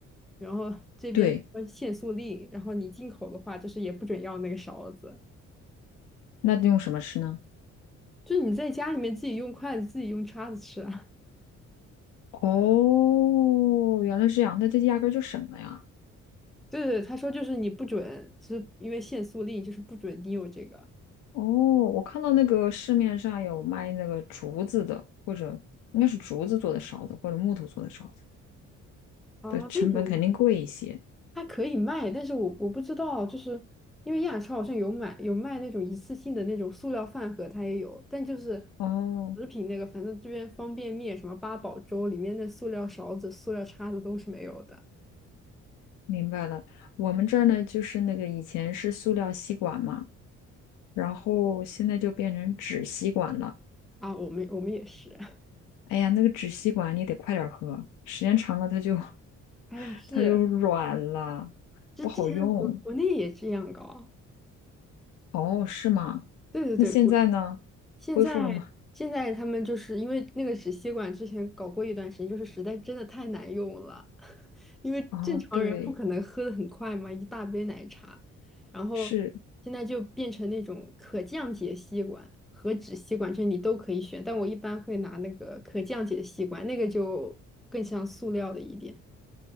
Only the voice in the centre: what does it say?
然后这边说限塑令，
然后你进口的话就是也不准要那个勺子，
就是你在家里面自己用筷子、自己用叉子吃啊。<laughs>
对对，他说就是你不准，就是因为限塑令，就是不准你有这个。
啊那种
它可以卖，但是我我不知道，就是因为亚超好像有买有卖那种一次性的那种塑料饭盒，它也有，但就是
食品那个，反正这边方便面什么八宝粥里面的塑料勺子、塑料叉子都是没有的
啊。我们我们也是，<laughs>
哎呀，是
这之前国国内也这样搞，
对对对，
国现在现在他们就是因为那个纸吸管之前搞过一段时间，
就是实在真的太难用了。因为正常人不可能喝的很快嘛，
一大杯奶茶，然后现在就变成那种可降解吸管和纸吸管，
这你都可以选，但我一般会拿那个可降解吸管，那个就更像塑料的一点。